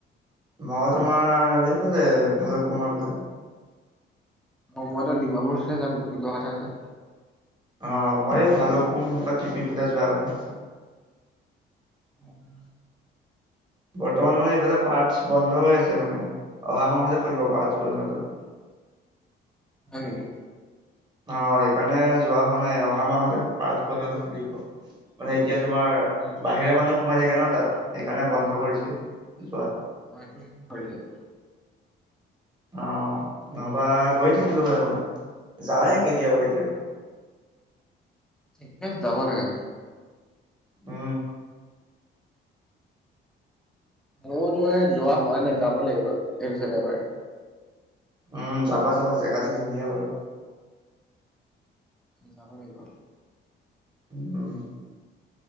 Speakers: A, on the right; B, in the centre.
A: মই তোমাৰ সেইফালে ভালুকপুংৰ ফালে।
B: অঁ মইতো ডিমাপুৰ চে যাম যোৱা কথা আছে।
A: অঁ মই এই ভালুকপু্ং বা টিপি ফাঁলে যোৱাৰ কথা আছে।
B: উম্-উম।
A: বৰ্তমান মানে এইফালে পাৰ্টছ বন্ধ হৈ আছে মানে, অহা মাহতহে খুলিব পাৰ্টছ বন্ধ টো।
B: হয় নেকি।
A: অঁ সেইকাৰণে যোৱা হোৱা নাই, অহা মাহতহে পাৰ্টছ বন্ধটো খুলিব। মানে এতিয়া তোমাৰ
B: ঠিকে অ',
A: বাহিৰা মানুহ সোমাই থাকে ন তাত, সেইকাৰণে বন্ধ কৰিছে যোৱাটো।
B: অঁ এইটো <unintelligible>
A: অঁ নহ'বা গৈ থাকিলো হয় মই, যাওঁৱেই কেতিয়াবা - কেতিয়াবা।
B: ঠিকে যাব লাগে।
A: অ।
B: মই তোমাৰ যোৱা হোৱা নাই যাব লাগিব এই পিছৰ দেওবাৰে।
A: উম যাবা যাবা জেগাটো ধুনীয়া বাৰু।
B: যাব লাগিব।
A: উম।